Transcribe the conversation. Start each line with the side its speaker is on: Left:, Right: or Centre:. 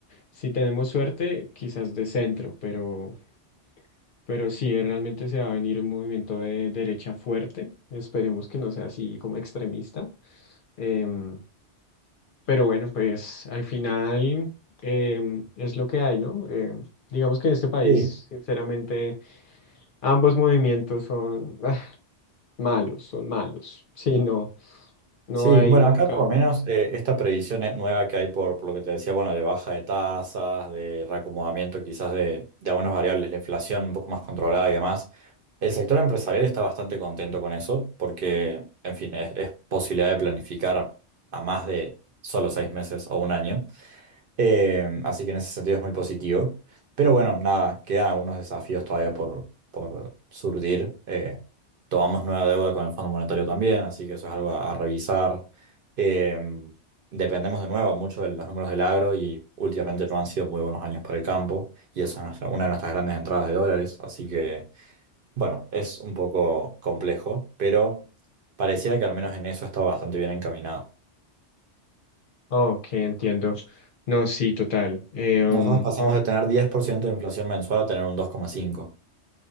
Left: Si tenemos suerte, quizás de centro, pero, pero sí, eh, realmente se va a venir un movimiento de derecha fuerte. Esperemos que no sea así como extremista. Em, pero bueno, pues al final em, es lo que hay, ¿no? Em, digamos que en este país,
Right: Sí,
Left: sinceramente, ambos movimientos son ah, malos, son malos. <laughs> Sí, no, no
Right: sí,
Left: hay
Right: bueno,
Left: un
Right: acá
Left: cambio.
Right: por lo menos eh, esta previsión eh, nueva que hay por, por lo que te decía, bueno, de baja de tasas, de reacomodamiento quizás de, de algunas variables, la inflación un poco más controlada y demás, el sector empresarial está bastante contento con eso porque, en fin, es, es posibilidad de planificar a más de solo seis meses o un año. Eh, así que en ese sentido es muy positivo. Pero bueno, nada, quedan algunos desafíos todavía por, por surgir. Eh, tomamos nueva deuda con el Fondo Monetario también, así que eso es algo a, a revisar. Eh, dependemos de nuevo mucho de los números del agro y últimamente no han sido muy buenos años para el campo y eso es nuestra- una de nuestras grandes entradas de dólares. Así que bueno, es un poco complejo, pero pareciera que al menos en eso está bastante bien encaminado.
Left: Ok, entiendo. No, sí, total. Em,
Right: Nosotros pasamos de tener 10% de inflación mensual a tener un 2,5.